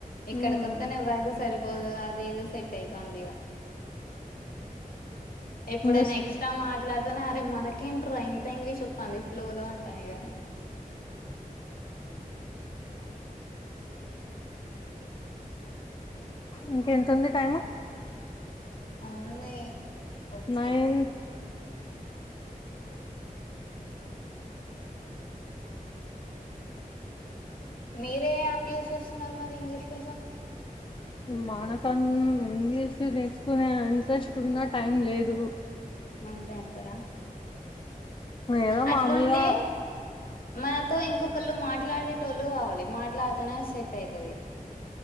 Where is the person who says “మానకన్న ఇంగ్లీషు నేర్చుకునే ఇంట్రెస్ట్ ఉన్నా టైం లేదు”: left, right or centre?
Left